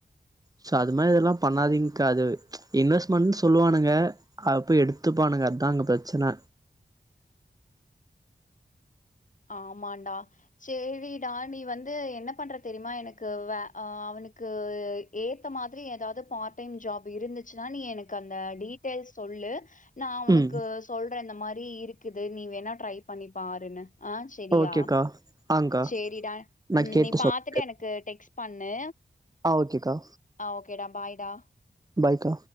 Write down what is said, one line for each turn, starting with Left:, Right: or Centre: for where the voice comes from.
Right: சோ அது மாரி இதெல்லாம் பண்ணாதீங்க்கா அது இன்வெஸ்ட்மெண்ட்டு சொல்லுவானுங்க <unintelligible> எடுத்துப்பானுங்க அதா அங்க ப்ரச்சன
Left: ஆமான்டா சேரிடா நீ வந்து என்ன பண்ற தெரியுமா எனக்கு வே அ அவனுக்கு ஏத்த மாதிரி ஏதாவது பார்ட் டைம் ஜாப் இருந்துச்சுன்னா நீ எனக்கு அந்த டீட்டெயல்ஸ் சொல்லு நா உனக்கு
Right: ம்
Left: சொல்றன் இந்த மாரி ப்டி இருக்குது நீ வேணா ட்ரை பண்ணி பாருன்னு ஆ செரியா
Right: ஓகேக்கா ஆங்க்கா
Left: செரிடா
Right: நா
Left: உம்
Right: கேட்டு
Left: நீ பாத்துட்டு
Right: சொல்றே
Left: எனக்கு டெக்ஸ் பண் பண்ணு
Right: ஆ ஓகேக்கா
Left: ஆ ஓகேடா பாய் யா
Right: பாய்க்கா